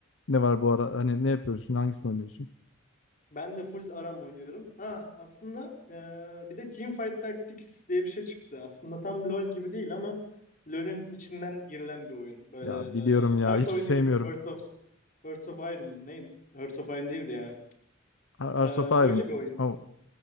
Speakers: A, on the left (about 70°); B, on the left (about 40°).
A: ne var bu ara? Hani ne yapıyorsun? Hangisini oynuyorsun?
B: Ben de full ARAM oynuyorum. Ha aslında e, bir de Teamfight Tactics diye bir şey çıktı. Aslında tam LoL gibi değil ama LoL'ün içinden girilen bir oyun. Böyle
A: Ya biliyorum
B: e,
A: ya.
B: kart
A: Hiç
B: oyunu
A: sevmiyorum.
B: gibi. Hearts of Hearts of Iron mı? ne? Hearts of Iron değildi ya.
A: Ar- Hearts
B: E,
A: of Iron.
B: öyle bir oyun.
A: Oh.